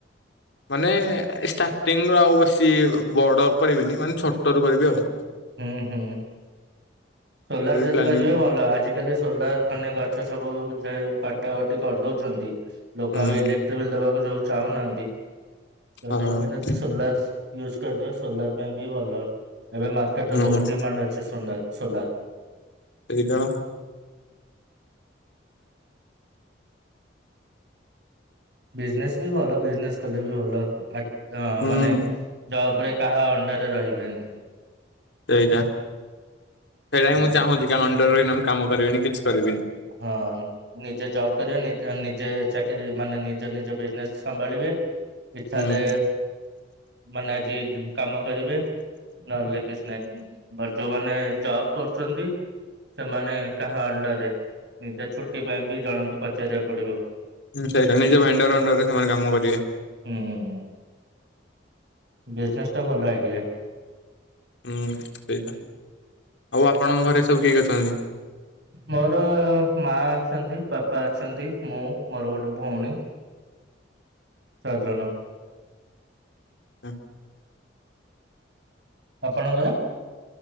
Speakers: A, on the left; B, on the right.
A: ମାନେ ଷ୍ଟାର୍ଟିଂରୁ ଆଉ ବେଶୀ ବଡ କରିବିନି ମାନେ ଛୋଟ ରୁ କରିବି ଆଉ।
B: ହୁଁ ହୁଁ ସୋଲାର ଯଦି
A: ପ୍ଲାନିଂ
B: କରିବେ ଭଲ ଆଜି ଆଜ କାଲି ସୋଲାର ମାନେ ଗଛ ସବୁ ଯେ ଉ କାଟ କଟାକଟି କରିଦଉଛନ୍ତି ଲୋକ
A: ହୁଁ
B: ଆଉ ଇଲେକ୍ଟ୍ରିକ ବିଲ୍ ଦବାକୁ ଯୋଉ ଚାହୁଁନାହାନ୍ତି ତ
A: ହଁ
B: ସେଇଥି ପାଇଁ ସୋଲାରଶ୍ ୟୁଜ୍ କରିଦେବା ସୋଲାର ପାଇଁ ବି ଭଲ ଏବେ ମାର୍କେଟରେ ବହୁତ
A: ହୁଁ
B: ଡିମାଣ୍ଡ ଅଛି ସୋଲାର ସୋଲାର।
A: ଏଇଟା
B: ବିଜନେସ ବି ଭଲ ବିଜନେସ କଲେ ବି ଭଲ ଫା
A: ହୁଁ।
B: ମାନେ ଜବ୍ ରେ କାହା ଅଣ୍ଡରରେ ରହିବେନି।
A: ସେଇଟା ସେଇଟା ହିଁ
B: ଆଉ
A: ମୁଁ ଚାହୁଁଛି କାହା ଅଣ୍ଡରରେ ରହିନା ମୁଁ କାମ କରିବିନି କିଛି କରିବିନି।
B: ହ ନ ନିଜେ ଜବ୍ କରିବେ ନିଜ ନିଜେ ଚାକିର ମାନେ ନିଜ ନିଜ ବିଜନେସ ସମ୍ଭାଳିବେ। ଇଛା
A: ହୁଁ
B: ହେଲେ ମାନେ ଆଜି କାମ କରିବେ ନହେଲେ କିଛି ନାଇଁ ବଟ୍ ଯୋଉମାନେ ଜବ କରୁଛନ୍ତି ସେମାନେ କାହା ଅଣ୍ଡରରେ ନିଜ ଛୁଟି ପାଇଁ ବି ଜଣଙ୍କୁ ପଚାରିବାକୁ ପଡିବ।
A: ହୁଁ ସେଇଟା ନିଜ ଭେଣ୍ଡର ଅଣ୍ଡରରେ ସେମାନେ କାମ କରିବେ।
B: ହୁଁ ବିଜିନେସ ଟା ଭଲ ଆଇଡିଆ।
A: ହୁଁ ସେଇଟା, ଆଉ ଆପଣଙ୍କ ଘରେ ସବୁ କିଏ କିଏ ଅଛନ୍ତି?
B: ମୋର ମା ଅଛନ୍ତି, ବାପା ଅଛନ୍ତି, ମୁଁ ମୋର ଗୋଟେ ଭଉଣୀ ଚାରି ଜଣ।
A: ହା
B: ଆପଣଙ୍କ ଘରେ?